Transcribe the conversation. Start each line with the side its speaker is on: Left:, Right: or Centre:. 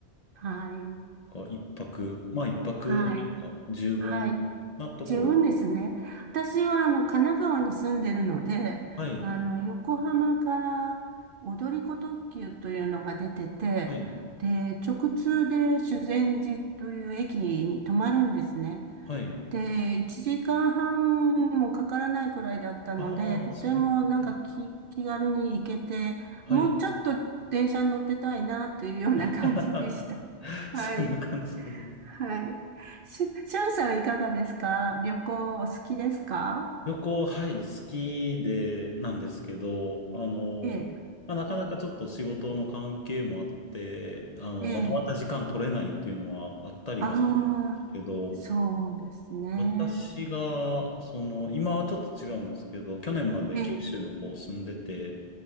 Right: はい。
Left: か一泊、まあ一泊あれば十分なところ。
Right: はい。はい。十分ですね。私は、あの、神奈川に住んでるので、
Left: はい、
Right: あの、横浜から踊り子特急というのが出てて、
Left: はい、
Right: で、直通で修善寺という駅に止まるんですね。
Left: はい。
Right: で、1時間半もかからないくらいだったので、
Left: ああ、
Right: とてもなんか気、
Left: それぐらいや。
Right: 気軽に行けて、
Left: はい。
Right: もうちょっと電車に乗ってたいなというような感じでした。
Left: <laughs> <laughs>
Right: はい。
Left: そんな感じで。
Right: はい。しゅ、しゅんさんはいかがですか旅行お好きですか
Left: 旅行、はい、好きで、なんですけど、あの、
Right: ええ、
Left: まあ、なかなかちょっと仕事の関係もあって、あの、
Right: ええ。
Left: まとまった時間取れないっていうのはあったりはするんですけど、
Right: ああ、そうですね。
Left: 私が、その、今はちょっと違うんですけど、去年まで九州の方住んでて、
Right: ええ、